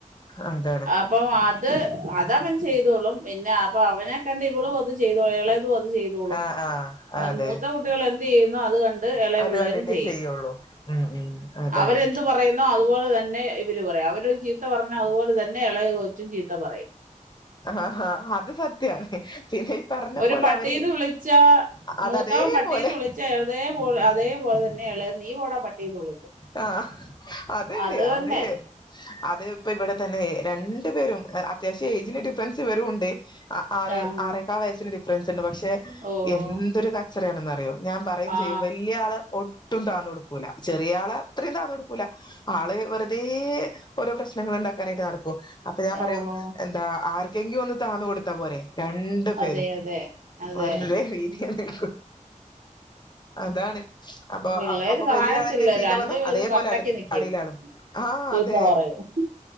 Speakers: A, on the left (about 35°); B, on the right (about 75°).
A: അതാണ്
B: അപ്പ അത് അതാ ചെയ്തോളും പിന്നെ അപ്പൊ അവനെ കണ്ട് ഇവളും അത് ചെയ്തോളും അത് ചെയ്തോളും
A: ആഹ് ആഹ്
B: അവൻ
A: അതെ
B: മൂത്ത കുട്ടികൾ എ എന്തയ്യുന്നോ അത് കണ്ട ണ്ട് ഇള
A: അത്
B: പിള്ളേരും
A: കണ്ടിട്ടേ
B: ചെയ്യും
A: ചെയ്യുള്ളൂ ഉം ഉം അതാണ്
B: അവരെന്ത് പറയുന്നോ അതുപോല തൻ ന്നെ ഇവര് പറയാ അവരോ ചീത്ത പറഞ്ഞ അതുപോലെ തന്നെ അയാ എളേ കൊച്ചും ചീത്ത പറയും
A: ആഹ് അത് സത്യാണ് പിന്നെ ഈ പറഞ്ഞ
B: ഒരു
A: പോലെ
B: പട്ടീന്ന്
A: അവര്
B: വിളിച്ചാ
A: അത്
B: മൂത്തവൻ
A: അതേപോലെ
B: പട്ടീന്ന് വിളിച്ചാ എ തേപോല അതേപോലെ തന്നെ എളേത് നീ പോടാ പട്ടീന്ന് വിളിക്കും
A: ആ അത്ണ്ട്
B: അത്
A: അവര്
B: തന്നെ
A: അത് ഇപ്പ ഇവിട തന്നെ രൺ പ്പ് വരും അ അത്യാവശ്യ ഏജിന് ഡിഫറൻസ് വരും ഒണ്ട് അ ആറ്
B: ആഹാ
A: ആറേകാ വയസ്സിന് ഡിഫറൻസ് ഉണ്ട് പക്ഷെ
B: ഓഹോ
A: എന്തൊരു ക ടെയോ ഞാൻ പറയും
B: ആ
A: ചെയ്യും വലിയ ആള് ഒൾ ഒട്ടും താന്ന് കൊടുക്കൂല ചെറിയ ആളാ അത്രയും താന്ന് കൊടുക്കൂല ആള് വെറുതേ ഓരോ പ്രശ്നങ്ങൾ ഉണ്ടാക്കാനായിട്ട് നടക്കും അപ്പൊ ഞാൻ പറയു
B: ഓഹോ
A: എന്താ ആർക്കെങ്കി ഒന്ന് താന്നു കൊടുത്താ പോരെ രണ്ടു പേരും
B: അതെ അതെ അതെ
A: വരുന്ന്തേ <unintelligible> അതാണ് അപ്പോ
B: പിള്ളേര്
A: അ അപ്പൊ
B: താഴത്തില്ല
A: വലിയ ആളെന്തെ ശീത്ത
B: രണ്ടുപേരും
A: പറഞ്ഞാ അതേപോലെ
B: കട്ടക്ക്
A: അട്ത്ത്
B: നിക്കും
A: അടിയിലാളും ആ
B: ചീത്ത
A: അതെ
B: പറയും